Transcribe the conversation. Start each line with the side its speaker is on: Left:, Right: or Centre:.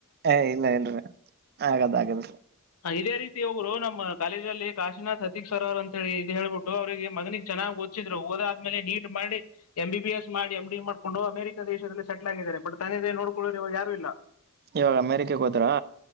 Right: ಏ ಇಲ್ಲ ಏನ್ರರಿ ಹಾಗದ ಹಾಗೇನ್ರಿ.
Left: ಇದೇ ರೀತಿ ಒಬ್ರು ನಮ್ಮ ಕಾಲೇಜ ಅಲ್ಲಿ ಕಾಶಿನನಾಥ್ ಅತೀಕ್ ಸರ್ ಅವರು ಅಂತ ಹೇಳಿ ಇದು ಹೇಳ್ಬಿಟ್ಟು ಅವರಿಗೆ. ಮಗನಿಗೆ ಚನ್ನಾಗ ಓದ್ಸಿದ್ರು. ಮೇಲೆ ನೀಟ್ ಮಾಡಿ ಎಂ ಬಿ ಎಸ್ ಮಾಡಿ ಎಂ ಡಿ ಎ ಮಾಡ್ಕೊಂಡು ಅಮೆರಿಕಾ ದೇಶದಲ್ಲಿ ಸೆಟ್ಲ್ ಆಗಿದ್ದಾರೆ ಬಟ್ ತಂದ ನೋಡ್ಕೊಳ್ಳರು ಯಾರು ಇಲ್ಲ.
Right: ಇವಾಗ ಅಮೇರಿಕೆಗೆ ಹೋದ್ರಾ?